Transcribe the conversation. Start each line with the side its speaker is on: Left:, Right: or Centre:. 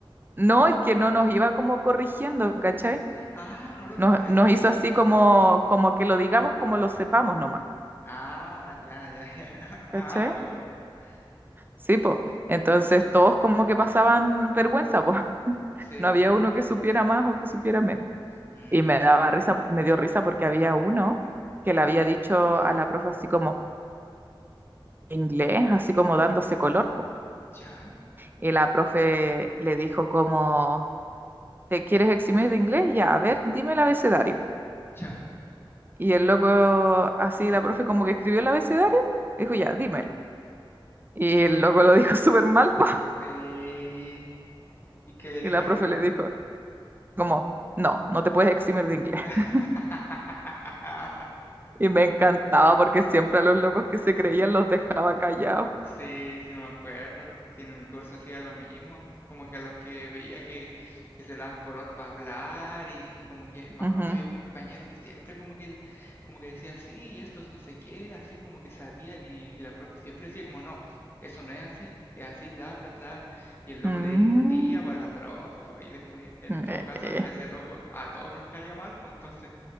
Right: No, es que no nos iba como corrigiendo, ¿cachai?
Left: Ah, no los
Right: Nos,
Left: corregía.
Right: nos hizo así como, como que lo digamos como lo sepamos nomás,
Left: Ah, ya, ya, ya. <laughs>
Right: ¿cachai?
Left: Ah, bueno, po.
Right: Sí, pues. Entonces todos como que pasaban vergüenza, pues. <laughs>
Left: Sí,
Right: No
Left: po.
Right: había uno que supiera más o que supiera menos.
Left: Mm,
Right: Y me daba risa, me dio risa porque había uno que le había dicho a la profe así como inglés, así como dándose color, po.
Left: ya.
Right: Y la profe le dijo como, ¿te quieres eximir de inglés? Ya, a ver, dime el abecedario.
Left: Ya.
Right: Y el loco, así la profe como que escribió el abecedario, dijo, ya, dímelo. Y el loco lo dijo <laughs> súper mal, pa.
Left: Eh, ¿y qué le
Right: Y
Left: dijo
Right: la profe
Left: la profe?
Right: le dijo, como, no, no te puedes eximir de inglés.
Left: <laughs>
Right: <laughs> Y me encantaba porque siempre a los locos que se creían los dejaba callados.
Left: Sí, sí me acuerdo. Sí, en un curso hacía lo mismo. Como que a los que veía que, que se daban color para hablar y, y como que me
Right: Ujú.
Left: acuerdo había un compañero que siempre como que, él- como que decía así y esto es no sé qué, así como que sabía y la profe siempre decía como no, eso no es así, es así, bla, bla, bla. Y el loco
Right: Mm,
Left: le discutía pues, a la profe pues, y después en
Right: eh,
Left: todo caso
Right: eh.
Left: a ese loco a todos nos caía mal, pues entonces...